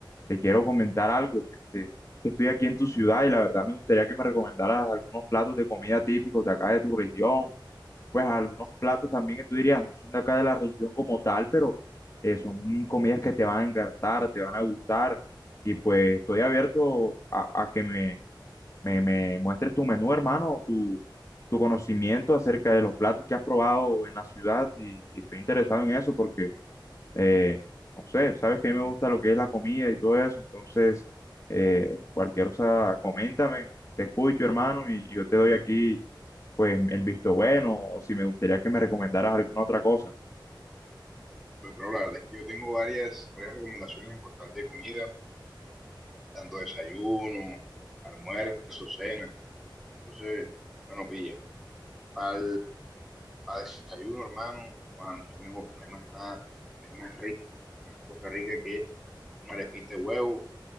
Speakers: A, on the left (about 35°); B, in the centre.
A: te quiero comentar algo. Este, que estoy aquí en tu ciudad y la verdad me gustaría que me recomendaras algunos platos de comida típicos de acá de tu región. Pues algunos platos también que tú dirías no son de acá de la región como tal, pero eh, son comidas que te van a encantar, te van a gustar. Y pues estoy abierto a a que me me, me muestres tu menú, hermano, tu, tu conocimiento acerca de los platos que has probado en la ciudad y, y estoy interesado en eso porque, eh, no sé, sabes que a mí me gusta lo que es la comida y todo eso, entonces, eh, cualquier cosa, coméntame, te escucho, hermano, y, y yo te doy aquí, pues, el visto bueno o si me gustaría que me recomendaras alguna otra cosa.
B: Pues, bro, la verdad es que yo tengo varias, varias recomendaciones en costal de comida, tanto desayuno, almuerzo, cena. Entonces, bueno, pilla, para desayuno, hermano, Juan, no hay mejor, no hay más nada, no hay más rico, más cosa rica que una arepita de huevo